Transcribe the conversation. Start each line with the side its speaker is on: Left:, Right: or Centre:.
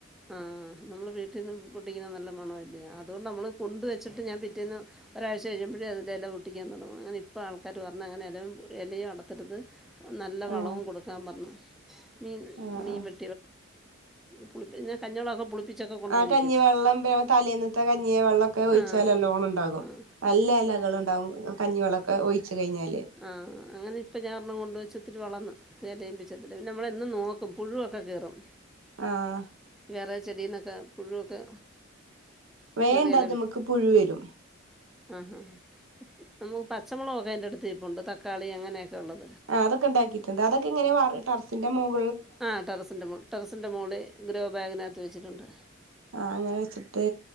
Centre: ആഹ് നമ്മള് വീട്ടിൽന്ന് പൊട്ടിക്കുന്ന നല്ല മണം ആയിരി അല്ല അതുകൊണ്ട്‌ നമ്മള് കൊണ്ട്‌ വച്ചിട്ട് ഞാൻ പിറ്റേന്ന് ഒരാഴ്ച കഴിയുമ്പോഴേ അതിൻ്റെ എല പൊട്ടിക്കാൻ തുടങ്ങു അങ്ങനെ ഇപ്പോൾ ആൾക്കാര് പറഞ്ഞാ അങ്ങനെ ഇല എലയും അടത്തരുത് നല്ല
Right: ആഹ്
Centre: വളവും കൊടുക്കാൻ പറഞ്ഞു മീൻ
Right: ആഹ്
Centre: മീൻ
Right: ആഹ്
Centre: വെ പുളിപ്പിഞ്ഞ കഞ്ഞിവെള്ളൊക്കെ പുളിപ്പി പുളിപ്പിച്ചൊക്കെ കൊണ്ടൊഴിക്കും
Right: ആ കഞ്ഞിവെള്ളം തലേന്നത്ത കഞ്ഞിയ വെള്ളം ഒക്കെ ഒഴിച്ചാല്
Centre: ആ
Right: നല്ലോണം ണ്ടാകും
Centre: ആ
Right: നല്ല ഇലകള്ണ്ടാ ണ്ടാവുന്ന് കഞ്ഞിവെള്ളൊക്കെ ഒഴിച്ച് കഴിഞ്ഞാ
Centre: ആഹ് അങ്ങനെ ഇപ്പം ഞാഒരെണ്ണം കൊണ്ട്‌വെച്ച് ഒത്തിരി വളർന്ന് തേമ്പിച്ചേർത്തിട്ട് നമ്മളെന്നും നോക്കും പുഴുവൊക്കെ കേറും
Right: ആഹ്
Centre: വേറ ചെടീന്നൊക്കെ പുഴുവൊക്കെ
Right: വേണ്ടത്
Centre: കീറി ഇല വി
Right: മ്മക്ക് പുഴു വരും
Centre: ആ ഹാ ഹാ നമക്ക് പച്ചമുളകൊക്കെ അതിൻ്റെ അടുത്ത് കൊണ്ട് തക്കാളി അങ്ങനെയൊക്കെ ഉള്ളത്
Right: ആഹ്തൊക്കെ ഇണ്ടാക്കിയിട്ടണ്ട് അതൊക്കെ ഇങ്ങനെ ടറസിന്റെ മൊക
Centre: ആ ടെറസിന്റമോള്ള് ടെറസെന്റമോള് ഗ്രോ ബാഗിനകത്ത് വെച്ചിട്ടുണ്ട്
Right: ആ അങ്ങനെ വെച്ചിട്ട്